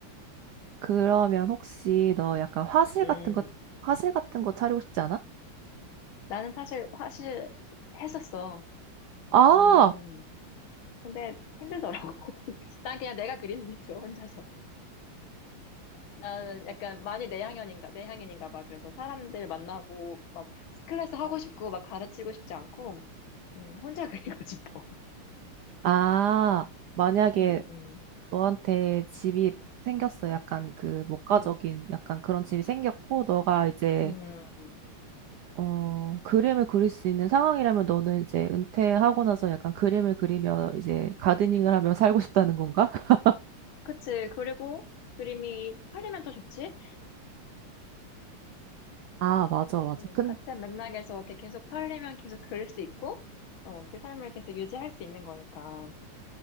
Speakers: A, on the right; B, on the left.
A: 그러면 혹시 너 약간 화실
B: 음.
A: 같은 거, 화실 같은 거 차리고 싶지 않아?
B: 나는 사실 사실 했었어.
A: 아!
B: 음, 근데 힘들더라고. <laughs> 난 그냥 내가 그리는 게 좋아, 혼자서. 나는 약간 많이 내향형인가, 내향인인가 봐. 그래서 사람들 만나고, 막, 클래스 하고 싶고, 막 가르치고 싶지 않고, 음, 혼자 그리고 <laughs> 싶어.
A: 아, 만약에
B: 음,
A: 너한테 집이 생겼어. 약간 그 목가적인
B: 음,
A: 약간 그런 집이 생겼고, 너가 이제
B: 음,
A: 어 그림을 그릴 수 있는 상황이라면 너는 이제 은퇴하고 나서 약간 그림을 그리며 이제 가드닝을 하며 <laughs> 살고 싶다는 건가? <laughs>
B: 그치. 그리고 그림이 팔리면 더 좋지?
A: 아, 맞아, 맞아.
B: 음,
A: 근,
B: 같은 맥락에서 이렇게 계속 팔리면 계속 그릴 수 있고, 어, 그 삶을 계속 유지할 수 있는 거니까.